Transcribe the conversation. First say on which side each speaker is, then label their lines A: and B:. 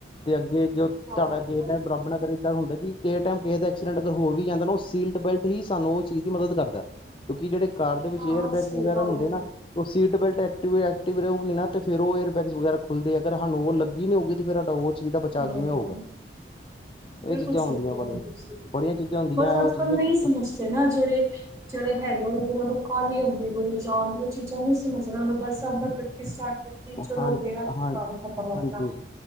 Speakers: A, on the left; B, on the right.
A: ਤੇ ਅੱਗੇ ਜੋ ਤੁਹਾਡਾ
B: ਹਾਂ
A: ਗ ਨੇ ਬਰਾਬਰ ਇੱਦਾਂ ਹੁੰਦਾ ਕਿ ਕਿਸੇ ਟਾਈਮ ਕਿਸੇ ਦਾ ਐਕਸੀਡੈਂਟ ਅਗਰ ਹੋ ਵੀ ਜਾਂਦਾ ਨਾ ਉਹ ਸੀਟ ਬੈਲਟ ਹੀ ਸਾਨੂੰ ਉਹ ਚੀਜ਼ ਦੀ ਮਦਦ ਕਰਦਾ, ਕਿਉਂਕਿ ਜਿਹੜੇ ਕਾਰ ਦੇ ਵਿੱਚ
B: ਹਾਂ
A: ਏਅਰ ਬੈਗਸ
B: ਸਹੀ
A: ਵਗੈਰਾ
B: ਗੱਲ
A: ਹੁੰਦੇ
B: ਆ।
A: ਨਾ- ਉਹ ਸੀਟ ਬੈਲਟ ਐਕਟ ਐਕਟਿਵ ਰਹੂਗੀ ਨਾ, ਤੇ ਫਿਰ ਉਹ ਏਰਬੈਗ ਖੁੱਲਦੇ ਆ ਪਰ ਸਾਨੂੰ ਉਹ ਲੱਗੀ ਨਹੀਂ ਹੋਊਗੀ ਤੇ ਫਿਰ! ਚੀਜ ਦਾ ਬਚਾ
B: ਹੂੰ
A: ਕਿਵੇਂ ਹੋਊਗਾ!
B: ਬਿਲਕੁਲ
A: ਇਹ ਚੀਜ਼ਾਂ ਹੁੰਦੀਆਂ
B: ਸਹੀ ਕਹਿ
A: ਬੜੀਆਂ
B: ਰਹੇ ਹੋ ਤੁਸੀਂ।
A: ਬੜੀਆਂ ਚੀਜ਼ਾਂ ਹੁੰਦੀਆਂ
B: ਬਸ
A: ਇਹੋ
B: ਅੱਜ
A: ਚੀਜ਼ਾਂ!
B: ਕੱਲ੍ਹ ਨਹੀਂ ਸਮਝਦੇ ਨਾ- ਜਹੜੇ ਜਿਹੜੇ ਹੈਗੇ ਉਹ ਨੂੰ ਕਾਹਲੀ ਆਉਦੀ ਹੋਈ ਜਾਂਦੀ ਜਾਨ ਦੀ, ਉਹ ਚੀਜ਼ਾਂ ਨਹੀਂ ਸਮਝਣਾ ਉਹ ਨੂੰ ਬਸ ਗੱਡੀ ਸਟਾਰਟ, ਤੀ
A: ਹਾਂ
B: ਚਲੋ ਗਿਆ
A: ਹਾਂ
B: ਕੰਮ ਖਤਮ ਆਪਣਾ-
A: ਹਾਂਜੀ